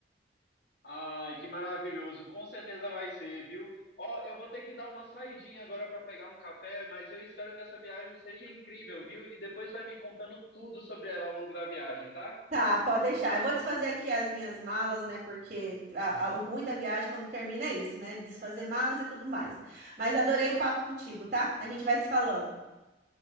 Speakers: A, on the left; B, on the right.
A: Ai, que maravilhoso. Com certeza vai ser, viu? Ó, eu vou ter que dar uma saidinha agora para pegar um café, mas eu espero que essa viagem seja incrível, viu? E depois vai me contando tudo sobre ela ao longo da viagem, tá?
B: Tá, pode deixar. Eu vou desfazer aqui as minhas malas, né? Porque a- a- o ruim da viagem quando termina é isso, né? Desfazer malas e tudo mais. Mas adorei o papo contigo, tá? A gente vai se falando.